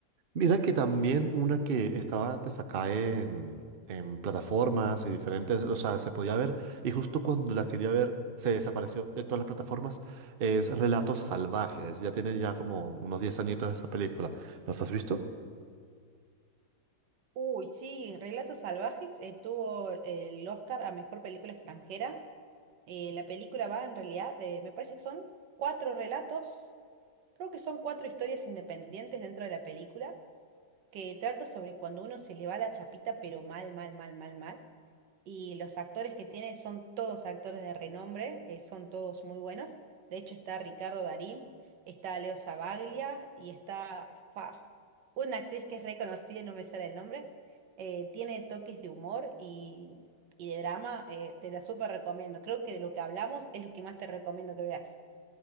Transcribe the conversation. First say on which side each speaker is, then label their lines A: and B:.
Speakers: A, on the right; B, on the right.
A: Mira que también una que estaba antes acá en, en plataformas y diferentes, o sea, se podía ver, y justo cuando la quería ver, se desapareció de todas las plataformas, es Relatos Salvajes. Ya tiene ya como unos 10 añitos esa película. ¿Las has visto?
B: Uy, sí, Relatos Salvajes eh, tuvo el Oscar a Mejor Película Extranjera. Eh, la película va en realidad de, me parece que son cuatro relatos, creo que son cuatro historias independientes dentro de la película que trata sobre cuando uno se le va la chapita, pero mal, mal, mal, mal, mal. Y los actores que tiene son todos actores de renombre, eh, son todos muy buenos. De hecho, está Ricardo Darín, está Leo Sabaglia y está fa, una actriz que es reconocida, no me sale el nombre. Eh, tiene toques de humor y, y de drama, eh, te la súper recomiendo. Creo que de lo que hablamos es lo que más te recomiendo que veas.